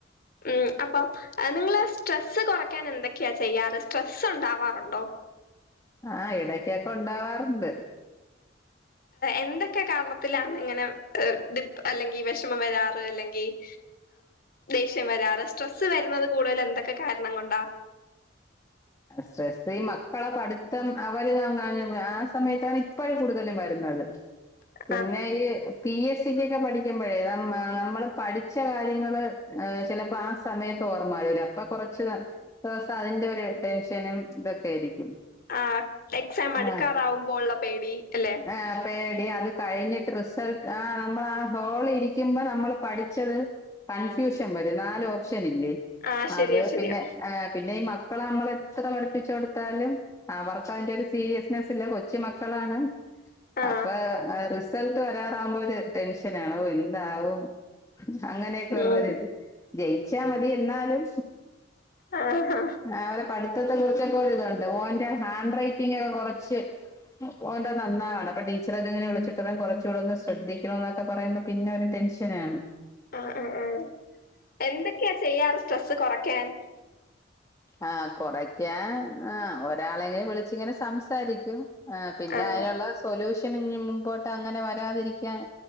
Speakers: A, on the left; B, on the left.
A: ഉം അപ്പൊ. നിങ്ങള് സ്ട്രെസ്സ് കുറയ്ക്കാൻ എന്തൊക്കെയാ ചെയ്യാറ് സ്ട്രെസ്സ് ഉണ്ടാവാറുണ്ടോ?
B: ആഹ ഇടക്കൊക്കെ ഉണ്ടാവാറുണ്ട്.
A: എന്തൊക്കെ കാരണത്തിലാണ് ഇങ്ങനെ ഡി പ് അല്ലെങ്കിൽ വിഷമം വരാറ് അല്ലെങ്കിൽ- ദേഷ്യം വരാറ് സ്ട്രെസ്സ് വരുന്നത് കൂടുതൽ എന്തൊക്കെ കാരണം കൊണ്ടാ?
B: സ്രെസ്സ് ഈ മക്കളെ പഠിത്തം അവര് ആ സമയത്താണ് ഇപ്പോഴും കൂടുതലും വരുന്നത്.
A: <inaudible>
B: പിന്നെ ഈ- പി എസ് സിക്ക്ക്കെ പഠിക്കുമ്പോഴേ നമ്മള് പഠിച്ച കാര്യങ്ങൾ ചിലപ്പൊ സമയത്ത് ഓർമ്മവരൂല അപ്പൊ കുറച്ച് ദിവസം അതിന്റെ ഒരു- ടെൻഷനും ഇതൊക്കെ ആയിരിക്കും.
A: ആ എക്സാം അടുക്കാറാവുമ്പോൾ
B: ആഹ്
A: ഉള്ള പേടി അല്ലെ?
B: ആ പേടി അത് കഴിഞ്ഞിട്ട് റിസൾട്ട് ആ നമ്മൾ ആ ഹോള ഇരിക്കുമ്പോ നമ്മൾ പഠിച്ചത്- കൺഫ്യൂഷൻ വരും നാല് ഓപ്ഷൻ ഇല്ലേ?
A: ആ ശരിയാ
B: അത്
A: ശരിയാ
B: പിന്നെ പിന്നെ ഈ മക്കളെ നമ്മളെ എത്ര പഠിപ്പിച്ചു കൊടുത്താലും- അവർക്ക് അതിന്റെ ഒരു സീരിയസ്നെസ് ഇല്ല കൊച്ചി മക്കളാണ്
A: ആ
B: അപ്പൊ റി റിസൾട്ട് ഒരാറാവുമ്പോ ഒരു ടെൻഷന ആണ് എന്താവും അങ്ങനെയൊക്കെ
A: ഉം
B: ഉള്ളരിത്. ജയിച്ചാ മതി എന്നാലും.
A: ആഹഹ
B: അവരെ പഠിത്തത്തെ കുറിച്ചൊക്കെ ഒരിതുണ്ട് ഓന്റെ ഹാൻഡ് റൈറ്റിംഗ ഒക്കെ കുറച്ച്- ഓന്റെ നന്നാണ് അപ്പ ടീച്ചറൊക്കെ എങ്ങനെ വിളിച്ചിട്ട് കുറച്ചുകോന്ന് ശ്രദ്ധിക്കണ എന്നൊക്കെ പറയുമ്പോ പിന്നെ ഒരു ടെൻഷൻ അച്ഛനാണ്
A: ആ ആ ആ എന്തൊക്കെയാ ചെയ്യാറ് സ്ട്രെസ്സ് കുറയ്ക്കാൻ?
B: ആഹ കുറക്കാൻ ആ ഒരാളെങ്ങനെ വിളിച്ച ഇങ്ങനെ സംസാരിക്കും. ആ പിന്നെ
A: ആഹ്
B: അയിനുള്ള സൊല്യൂഷന് മുമ്പോട്ട് അങ്ങനെ വരാതിരിക്കാൻ